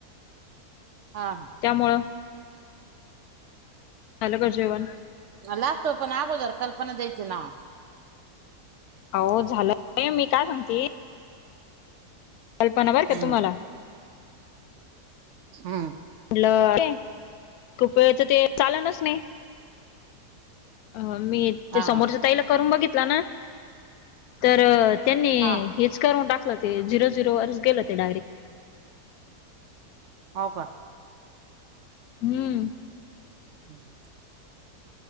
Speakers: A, on the right; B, on the left.
A: हां.
B: त्यामुळं. झालं का जेवण.
A: लागतो पण आगोदर कल्पना द्यायची ना.
B: अहो झालं मी काय म्हणती. कल्पना बरं का
A: हम्म
B: तुम्हाला.
A: हं.
B: म्हटलं ते खूप वेळच ते चालनच नाही. अ मी
A: हा
B: ते समोरच्या ताईला करून बघितला ना, तर त्यांनी
A: हा
B: हेच करून टाकलं ते झिरो झिरोवर गेलं ते डायरेक्ट.
A: हो का.
B: हम्म.
A: हम्.